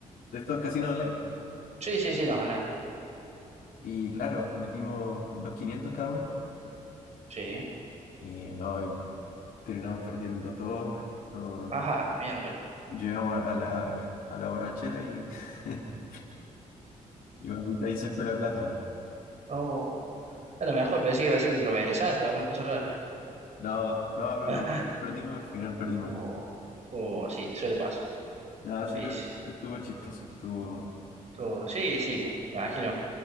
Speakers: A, on the left (about 75°); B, on the right (about 50°).
A: de estos casinos online.
B: sí, sí, sí, no, no,
A: Y claro, metimos dos quinientos cada uno
B: Sí.
A: y no, y terminamos perdiendo todo. no,
B: Ajá, miércoles.
A: llegamos a la, a la borrachera y, <laughs> y bueno, ahí se fue la plata.
B: Oh, a lo mejor pensé que iba a decir que lo besaste o alguna cosa rara.
A: No, no recuperamos,
B: <laughs>
A: perdimos, al final perdimos.
B: Oh,
A: todo.
B: oh, sí, suele pasar.
A: No,
B: Sí,
A: sí, pero
B: sí,
A: estuvo chistoso, estuvo,
B: todo. Sí, sí, me imagino.